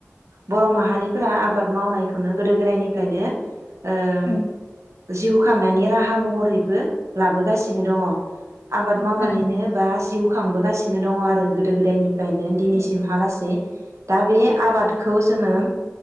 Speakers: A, on the right (about 80°); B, on the left (about 80°).
A: बर' माहारिफोरा आबाद मावनाय खौनो गोदो गोदायनिफ्रायनो ओम
B: औ
A: जिउ खांनायनि राहा महरैबो लाबोगासिनो दङ। आबाद मावनानैनो
B: थारैनो
A: बा जिउ खांबोगास सिनो दङ आरो गोदो गोदायनि फ्रायनो दिनैसिमहालासेै
B: औ औ
A: दा बे आबादखौ ज जोङो म